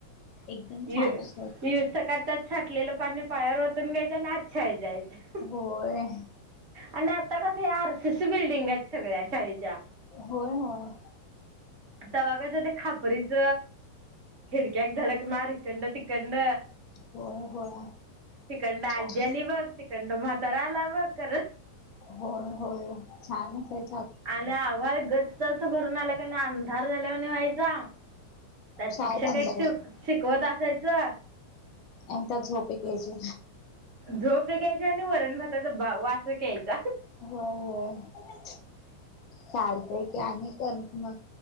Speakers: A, on the left (about 40°); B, on the right (about 40°).
A: एकदम
B: यु
A: छान अस
B: युज तर करतात. साठलेलं पाणी पायावरओतून घ्यायचं आणि आच्छाय जायचं.
A: होय.
B: आणि आता कस? हे आरसीसी बिल्डिंग आहेत सगळ्या शाळेच्या.
A: होय. होय.
B: तवा कस ते खापरीच खिडक्या एक धडकणार हिक‌ंडन तिकडंन.
A: होय होय
B: हिकंडन
A: छान
B: आज्जी आली बघ. तिकडंन म्हातारा आला बघ करत-
A: होय. होय. छानच हाय-
B: आणि आभाळ गच्च असं भरून आलं की नाय? अंधार झाल्यावाणी व्हायचा. त्यात
A: शाळेत
B: शिक्षक
A: अंधार
B: एक शिकवत असायचं.
A: आणि त्यात झोप एक यायची.
B: झोप एक यायची. आणि वरण भाताचा वास एक यायचा.
A: होय. होय. चालतय की आणि कर मग.